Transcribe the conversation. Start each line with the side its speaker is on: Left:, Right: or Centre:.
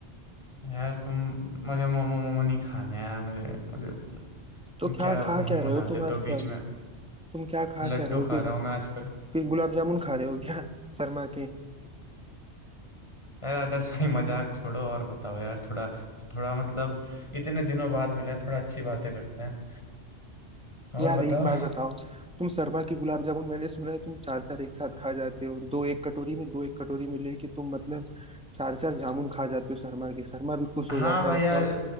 Left: यार तुम मुझे मोमो मोमो नहीं खाने यार मुझे मुझे तुम
Centre: तो क्या
Left: क्या
Centre: खा
Left: मुंह
Centre: क्या
Left: मुला
Centre: रहे हो
Left: लेते
Centre: तुम आजकल
Left: हो बीच में
Centre: तुम क्या खा
Left: लड्डू
Centre: क्या रहे हो
Left: खा
Centre: फिर
Left: रहा हूँ मैं आजकल
Centre: फिर गुलाब जामुन खा रहे हो क्या शर्मा के
Left: यार आदर्श भाई मजाक छोड़ो और बताओ यार थोड़ा थोड़ा मतलब इतने दिनों बाद मिले हैं, थोड़ा अच्छी बातें करते हैं और
Centre: यार
Left: बताओ
Centre: एक बात बताओ तुम शर्मा के गुलाब जामुन मैंने सुना है तुम चार चार एक साथ खा जाते हो दो एक कटोरी में दो एक कटोरी में लेके तुम मतलब चार चार जामुन खा जाते हो शर्मा के शर्मा भी खुश
Left: हाँ
Centre: हो जाता
Left: भाई
Centre: है बताओ
Left: यार